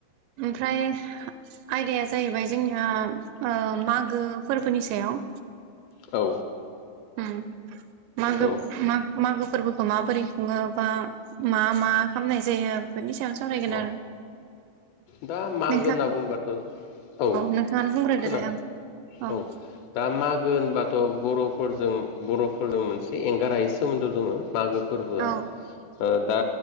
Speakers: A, on the right; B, on the left.
A: ओमफ्राय आयदाया जाहैबाय जोंनिया ओ मागो फोरबोनि सायाव।
B: औ।
A: उम मागो
B: औ
A: म मागो फोरबोखौ माबोरै खुङो बा मा मा खालामनाय जायो? बेफोरनि सायावनो सावरायगोन
B: अ
A: आरो।
B: दा मागो
A: नोंथां
B: होनना बुंबाथ' औ
A: नोंथाङानो बुंग्रोदो
B: खोनादों।
A: दे आतसा
B: औ दा मागो होनबा थ' बर'फोरजों बर'फोरजों मोनसे एंगारायै सोमोन्दो दङ मागो फोरबोआ।
A: औ
B: ओ दा